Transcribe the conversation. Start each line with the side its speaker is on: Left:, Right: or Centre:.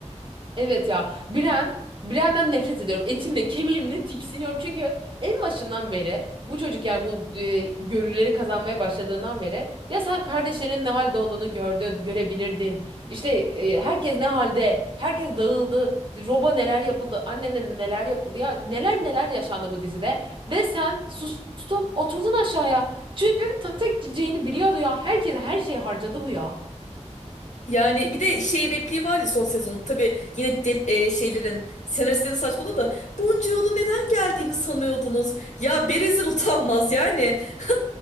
Right: Evet ya Biren Biren'den nefret ediyorum. Etimle kemiğimle tiksiniyorum. Çünkü en başından beri bu çocuk yani bu e, görüleri kazanmaya başladığından beri ya sen kardeşlerinin ne halde olduğunu gördün, görebilirdin. İşte e, herkes ne halde, herkes dağıldı, Rob'a neler yapıldı, annene neler yapıldı ya neler neler yaşandı bu dizide ve sen sustun, oturdun aşağıya. Çünkü tata gideceğini biliyordu ya. Herkes her şeyi harcadı bu ya.
Left: Yani bir de şey repliği var ya son sezonun. Tabii yine de- e, şeylerin senaristlerin saçmalığı da bunca yolu neden geldiğimi sanıyordunuz? Ya Berezil utanmaz yani. <laughs>